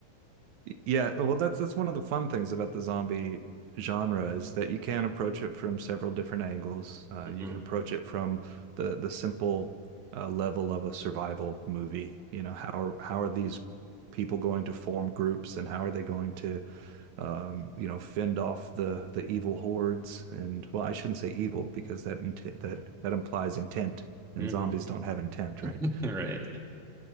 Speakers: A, on the right; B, in the centre.
A: Yeah, well, that's that's one of the fun things about the zombie genre is that you can approach it from several different angles. Uh,
B: mhm,
A: you can approach it from the the simple uh, level of a survival movie. You know, how are how are these people going to form groups, and how are they going to, um, you know, fend off the the evil hordes? And well, I shouldn't say evil because that int that that implies intent, and
B: mhm.
A: zombies don't have intent, right?
B: <laughs> Right.